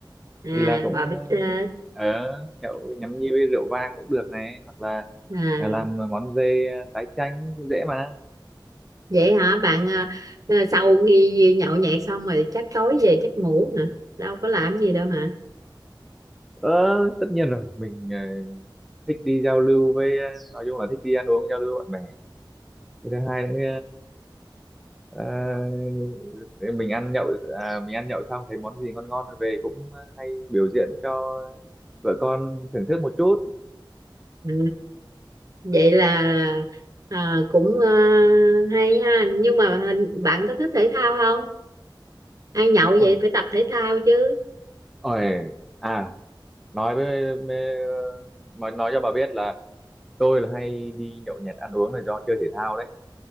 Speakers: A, on the right; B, in the centre.
A: à
B: thì là cũng
A: bò bít
B: à,
A: tết
B: ờ nhậu nhắm nhi với rượu vang cũng được này hoặc là
A: à
B: à, làm món dê à, tái chanh cũng dễ mà
A: vậy hả bạn à, à, sau khi nhậu nhẹt xong rồi chắc tối về chắc ngủ hả đâu có làm gì đâu hả
B: ờ tất nhiên rồi mình à, thích đi giao lưu với ờ, nói chung là thích đi ăn uống giao lưu với bạn bè với thứ hai nữa ờ, ờ, mình ăn nhậu à, mình ăn nhậu xong thấy món gì ngon ngon rồi về cũng hay biểu diễn cho vợ con thưởng thức một chút
A: à, vậy là à, cũng à, hay ha nhưng mà hình bạn có thích thể thao không ăn nhậu
B: ôi
A: vậy phải tập thể thao chứ
B: ôi à nói với, với nói nói cho bà biết là tôi là hay đi nhậu nhẹt ăn uống là do chơi thể thao đấy